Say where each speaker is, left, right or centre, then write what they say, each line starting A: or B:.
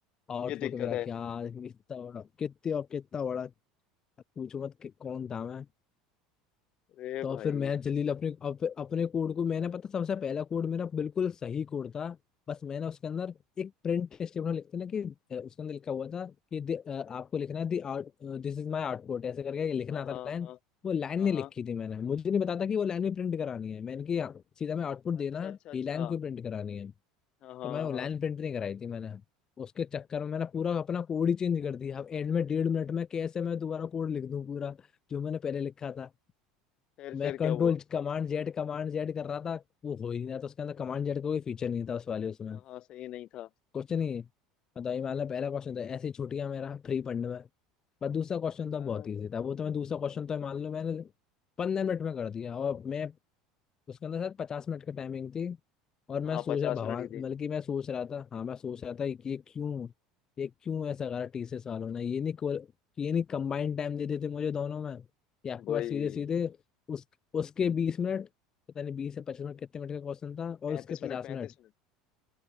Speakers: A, on the left; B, on the left.
A: आउटपुट
B: ये दिक्कत
A: मेरा
B: है
A: क्या कितना बड़ा कितना और कितना बड़ा पूछो मत कि कौन था मैं।
B: अरे
A: तो अब
B: भाई
A: फिर मैं जल्दी अपने अप, अपने कोड को मैंने पता सबसे पहला कोड मेरा बिल्कुल सही कोड था बस मैंने उसके अंदर एक प्रिंट स्टेटमेंट लिखते ना कि अ, उसके अंदर लिखा हुआ था कि दि- अ, आपको लिखना है the out this is my output ऐसे करके लिखना
B: हाँ हाँ
A: था लाइन
B: हाँ
A: वो लाइन
B: हाँ
A: नहीं लिखी
B: हाँ
A: थी मैंने मुझे नहीं पता था कि वो लाइन भी प्रिंट करानी है मैंने कि यहाँ सीधा मैं आउटपुट देना
B: अच्छा
A: है
B: अच्छा अच्छा
A: ये लाइन
B: हाँ
A: क्यों प्रिंट करानी है
B: हाँ हाँ
A: तो मैंने वो लाइन
B: हाँ।
A: प्रिंट नहीं कराई थी मैंने उसके चक्कर में मैंने पूरा अपना कोड ही चेंज कर दिया अब एंड में डेढ़ मिनट में कैसे मैं दोबारा कोड लिख दूं पूरा जो मैंने पहले लिखा था
B: फिर फिर
A: मैं control
B: क्या हुआ
A: command Z command Z कर रहा था वो हो ही नहीं रहा था उसके अंदर कमांड जेड का कोई फीचर नहीं था उस वाले उसमें
B: हाँ हाँ सही नहीं था
A: क्वेश्चन ही मतलब ये मान लो पहला क्वेश्चन था ऐसी छुट्टियां मेरा फ्री फंड में पर दूसरा क्वेश्चन था
B: आ,
A: बहुत ईजी था वो तो मैं दूसरा क्वेश्चन तो मान लो मैंने पंद्रह मिनट में कर दिया और मैं उसके अंदर सर पचास मिनट की टाइमिंग थी और मैं
B: हाँ
A: सोच
B: पचास
A: रहा
B: मिनट
A: भगवान
B: की थी
A: बल्कि मैं सोच रहा था हाँ मैं सोच रहा था कि ये क्यों ये क्यों ऐसा करा टीसीएस वालों ने ये नहीं को- ये नहीं कंबाइंड टाइम दे देते मुझे दोनों में कि आपके
B: वही
A: पास सीधे सीधे उस उसके बीस मिनट पता नहीं बीस से पच्चीस मिनट कितने मिनट का क्वेश्चन था और
B: पैंतीस
A: उसके
B: मिनट
A: पचास
B: पैंतीस
A: मिनट
B: मिनट